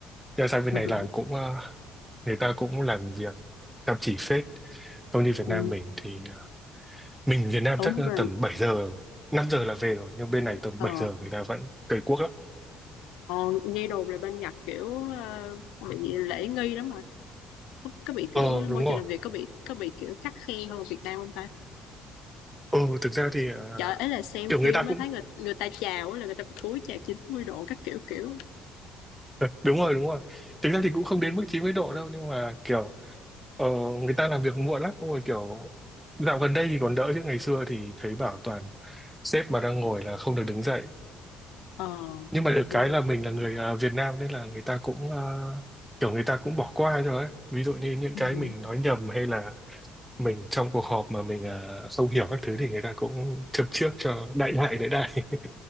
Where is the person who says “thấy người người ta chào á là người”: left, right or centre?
Left